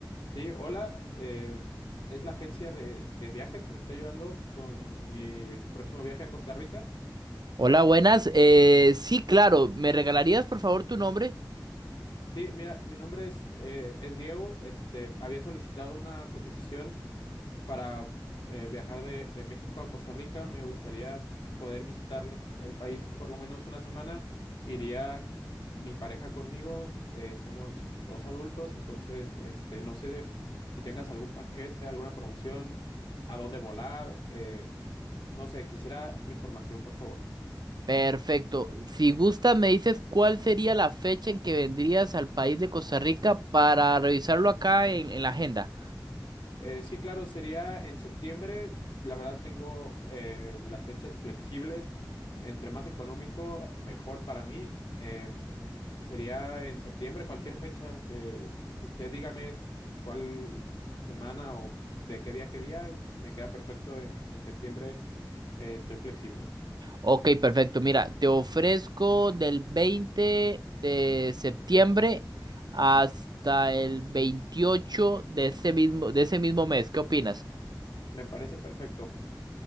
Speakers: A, on the left; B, on the right.
A: Sí, hola. eh, es la agencia de, de viajes que me está ayudando con mi próximo viaje a Costa Rica.
B: Hola, buenas. Eh, sí, claro. ¿Me regalarías por favor tu nombre?
A: Sí, mira, mi nombre es, eh, es Diego. Este, había solicitado una cotización para eh, viajar de, de México a Costa Rica, me gustaría poder visitar el país por lo menos una semana. Iría mi pareja conmigo, eh, somos dos adultos, entonces este, no sé si tengas algún paquete, alguna promoción, a dónde volar, eh, no sé, quisiera información, por favor.
B: Perfecto. Si gustas, me dices cuál sería la fecha en que vendrías al país de Costa Rica para revisarlo acá en, en la agenda.
A: Eh, sí, claro, sería en septiembre. La verdad tengo eh, las fechas flexibles. Entre más económico, mejor para mí. Em, sería en septiembre, cualquier fecha. Eh, usted dígame cuál semana o de qué día a qué día. Me queda perfecto en, en septiembre. eh, estoy flexible.
B: Ok, perfecto. Mira, te ofrezco del 20 de septiembre hasta el 28 de ese mismo, de ese mismo mes. ¿Qué opinas?
A: Me parece perfecto.